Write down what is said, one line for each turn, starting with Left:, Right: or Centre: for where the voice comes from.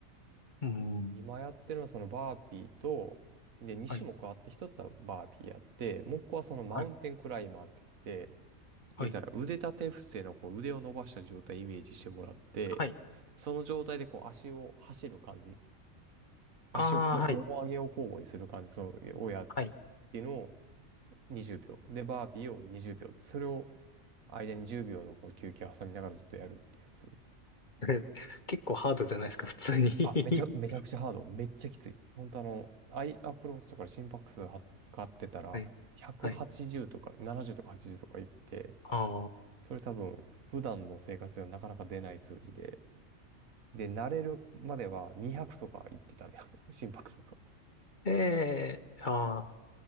Left: うん。
Right: 今やってるのはそのバーピーと、で、2種目あって、
Left: はい、
Right: 1つはバーピーやって、もう1個はそのマウンテンクライマーって言って、
Left: はい、はい、
Right: 言うたら腕立て伏せのこう腕を伸ばした状態イメージしてもらって、
Left: はい。
Right: その状態でこう足を走る感じ。足を、
Left: ああ、
Right: も、
Left: はい、
Right: もも上げを交互にする感じ、そう、をやっ
Left: はい。
Right: ていうのを20秒。で、バーピーを20秒。それを間に10秒のこう休憩挟みながらずっとやるってやつ。
Left: <laughs> 結構ハードじゃないですか、普通に
Right: あ、めちゃ、めちゃくちゃハード。めっちゃきつい。本当あの、アイ、アップローチとかで心拍数は測ってたら、
Left: <laughs> はい、
Right: 180とか70とか80とかいって、
Left: はい。ああ。
Right: それ多分、普段の生活ではなかなか出ない数字で。で、慣れるまでは200とかいってたね。<laughs> 心拍数が。
Left: ええああ